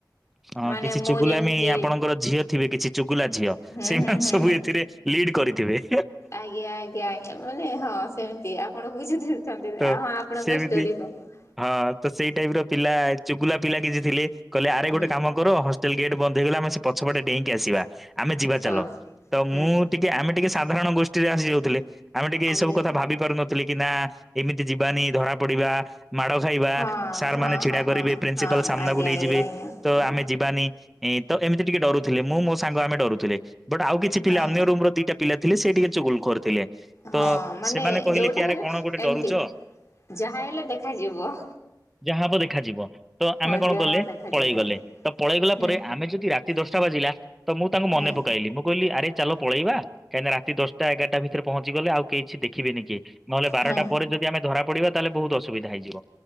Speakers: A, in the centre; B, on the left.
A: ହଁ
B: ମାନେ
A: କିଛି
B: ମୁଁ
A: ଚୁଗୁଲାମି
B: ଯେମିତି
A: ଆପଣଙ୍କର ଝିଅ ଥିବେ କିଛି ଚୁଗୁଲା ଝିଅ
B: ହୁଁ
A: ସେଇମାନେ
B: ହୁଁ ହୁଁ
A: ସବୁ
B: ହୁଁ
A: ଏଥିରେ ଲିଡ କରିଥିବେ।
B: ଆଜ୍ଞା ଆଜ୍ଞା ଆଜ୍ଞା ମାନେ ହଁ ସେମତି ଆପଣ ବୁଝେଇଦଉଛନ୍ତି
A: ତ
B: ହଁ ଆପଣଙ୍କ
A: ସେମିତି
B: ଷ୍ଟୋରି କଣ
A: ହଁ ତ ସେଇ ଟାଇପର ପିଲା ଚୁଗୁଲା ପିଲା କିଛି ଥିଲେ କହିଲେ ଆରେ ଗୋଟେ
B: ହୁଁ
A: କାମ ହଷ୍ଟେଲ ଗେଟ ବନ୍ଦ ହେଇଗଲା ଆମେ ସେ ପଛପଟେ ଡେଇଁକି ଆସିବା ଆମେ ଯିବା
B: ହଁ
A: ଚାଲ ତ
B: ହୁଁ
A: ମୁଁ ଟିକେ ଆମେ ଟିକେ ସାଧାରଣ ଗୋଷ୍ଠୀରେ ଆସି ଯାଉଥିଲେ ଆମେ ଟିକେ
B: ଆଜ୍ଞା
A: ଏଇସବୁକଥା ଭାବି ପାରୁନଥିଲେ କି ନା ଏମିତି ଯିବାନି ଧରା ପଡିବା ମାଡ ଖାଇବା
B: ହଁ
A: ସାର୍
B: ହଁ
A: ମାନେ ଛିଡା
B: ହଁ
A: କରିବେ
B: ହଁ
A: ପ୍ରିନ୍ସିପାଲ
B: ହଁ
A: ସାମ୍ନାକୁ
B: ଆଜ୍ଞା
A: ନେଇଯିବେ
B: ଆଜ୍ଞା ଆଜ୍ଞା
A: ତ
B: ହଁ
A: ଆମେ ଯିବାନି ଏଇଁ ତ ଏମିତି ଟିକେ ଡରୁଥିଲେ ମୁଁ ମୋ ସାଙ୍ଗ ଆମେ ଡରୁଥିଲେ ବଟ୍ ଆଉ କିଛି କିଛି ପିଲା
B: ହଁ
A: ଅନ୍ୟ ରୁମ ର ଦିଟା ପିଲା ଥିଲେ ସେଟିକେ ଚୁଗୁଲଖୋର ଥିଲେ
B: ହଁ
A: ତ
B: ମାନେ
A: ସେମାନେ କହିଲେ
B: ଯୋଉଟା
A: କି ଆରେ
B: ହେଲେ
A: କଣ ଗୋଟେ ଡରୁଛ
B: ଏମିତି ଯାହା ହେଲେ ଦେଖାଯିବ।
A: ଯାହା ହବ ଦେଖାଯିବ ତ
B: ହଁ
A: ଆମେ କଣ
B: ଯାହା
A: କଲେ
B: ହବ ଦେଖାଯିବ
A: ପଳେଇଗଲେ ତ ପଳେଇଗଲା
B: ହୁଁ
A: ପରେ ଆମେ ଯଦି ରାତି ଦଶଟା ବାଜିଲା ତ ମୁଁ ତାଙ୍କୁ ମନେ
B: ହୁଁ
A: ପକାଇଲି ମୁଁ କହିଲି ଆରେ ଚାଲ ପଳେଇବା କାହିଁକି ନା ରାତି ଦଶଟା ଏଗାରଟା ଭିତରେ ପହଞ୍ଚି ଗଲେ ଆଉ କେହି କିଛି ଦେଖିବେନି କେହି ନହେଲେ ବାରଟା
B: ହୁଁ
A: ପରେ ଯଦି ଆମେ ଧରା ପଡିବା ତାହେଲେ ବହୁତ ଅସୁବିଧା ହେଇଯିବ